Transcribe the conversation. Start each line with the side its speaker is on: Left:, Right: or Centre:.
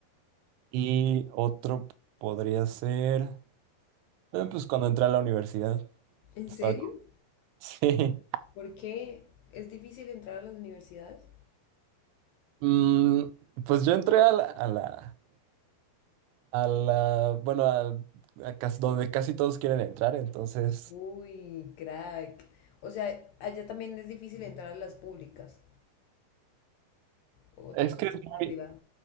Right: Y otro podría ser... Eh, pues cuando entré a la universidad,
Left: ¿En
Right: estaba...
Left: serio?
Right: co- <laughs> Sí.
Left: ¿Por qué es difícil entrar a las universidades?
Right: Mm, pues yo entré a la, a la, a la, bueno, a, a cas- donde casi todos quieren entrar, entonces...
Left: Uy, crack. O sea, allá también es difícil entrar a las públicas. O
Right: Es
Left: tú estudias
Right: que es
Left: en
Right: muy...
Left: una privada.